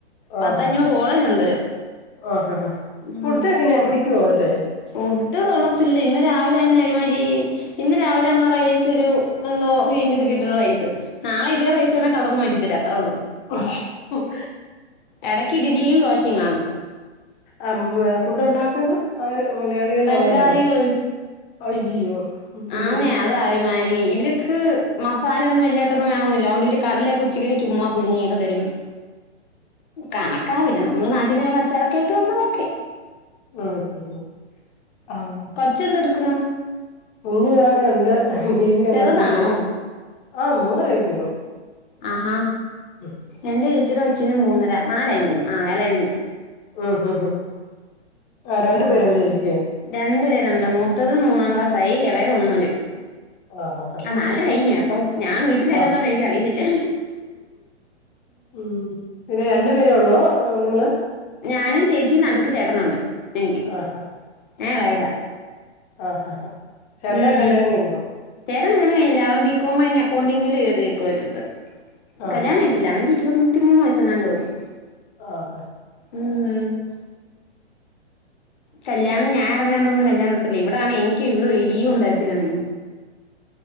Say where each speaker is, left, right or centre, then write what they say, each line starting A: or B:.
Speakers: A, on the left; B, on the left.
A: ആ
B: പത്തഞ്ഞൂറ്
A: ഹ ഹ
B: കോളേജുണ്ട്
A: ആ ഹ ഹഫുഡ്
B: ഉം
A: എങ്ങനെയാ പിടിക്കോ അവിടത്തെ
B: ഫുഡ് കൊളത്തില്ല ഇന്ന് രാവിലെ തന്നെ ഒരുമാതിരി ഇന്ന് രാവിലെ തന്ന റൈസ് ഒരു എന്തോ ഗ്രീൻ പീസ് ഒക്കെ ഇട്ട് ഒരു റൈസ് നാളെ ഇതേ റൈസ് തന്നെ കളർ മാറ്റിത്തരും അത്രയേ ഉള്ളൂ
A: ഓച്ച് ഉം
B: എടയ്ക്ക് ഇഡ്ലിയും ദോശയും കാണും
A: ആ ഫുഡ് ഉണ്ടാക്കുന്നത് അവര് മലയാളികളാണോ
B: ബംഗാളികള്
A: അല്ലണോ അജോ ഹും
B: ആന്നേ
A: ഹും
B: അതാ ഒരുമാതിരി ഇവർക്ക് മസാല ഒന്നും വല്യയായിട്ട് വേണമെന്നില്ല അതുകൊണ്ട് ഒരു കടലയൊക്കെ ഉച്ചക്ക് ചുമ്മാ പുഴുങ്ങി തരും കണക്കാ പിന്നെ നമ്മള് നാട്ടീന്ന് വരുമ്പോൾ അച്ചാർ ഒക്കെ ആയിട്ട് വന്നാ ഓക്കേ
A: ഓഹ ഹ ആഹ്
B: ജ് എന്തെടുക്കുന്നു
A: കുഞ്ഞു താഅവിടെ ഉണ്ട് ടിവി കണ്ടോണ്ടിരിക്കുന്നു
B: ചെറുതാണോ
A: ആ മൂന്നര വയസുള്ളു
B: ആഹാ
A: ഉ
B: എൻറെ ചേച്ചിയുടെ കൊച്ചിന് നാലായി എന്ന് തോന്നുന്നു
A: ഉ ഉ ആ രണ്ടു പേരുണ്ട് ചേച്ചിക്ക്
B: രണ്ട് പേരുണ്ട് മൂത്തത് മൂന്നാം ക്ലാസായി ഇളയത് ഒന്നില്
A: ആഹ് ആഹ്
B: ആ നാലര കഴിഞ്ഞ് കേട്ടോ ഞാൻ വീട്ടിലല്ലാതോണ്ട്
A: ആഹ്
B: എനിക്ക് അറിയത്തില്ലെ
A: ഉം പിന്നെ രണ്ടു പേരേ ഉള്ളോ നിങ്ങള്
B: ഞാനും ചേച്ചിയും നടുക്ക് ചേട്ടനുണ്ട് എനിക്ക്
A: ആഹഹാ
B: ഞാൻ എളയതാ
A: ആഹ ആ ചേട്ടന്റെ
B: ഉം
A: കല്യാണം കഴിഞ്ഞോ
B: ചേട്ടൻ കല്യാണം കഴിഞ്ഞില്ല അവൻ ബി കോം കഴിഞ്ഞു അക്കൗണ്ടിങ്ങിൽ കയറിയേകുവ ഒരിടത്ത്
A: ആഹ്
B: കല്യാണം
A: ആഹ്
B: കഴിഞ്ഞിട്ടില്ല അവന് ഇരുപത്തി മൂന്ന് വയസ്സങ്ങാണ്ട് ഉള്ളു
A: ആഹ
B: ഉം കല്യാണം ഞാൻ ഇറങ്ങാണ്ടന്ന കല്യാണം നടത്തി ഇവിടാണ് എനിക്ക് ഇവിടെ ഒരു ലീവ് തരത്തില്ലാ നെ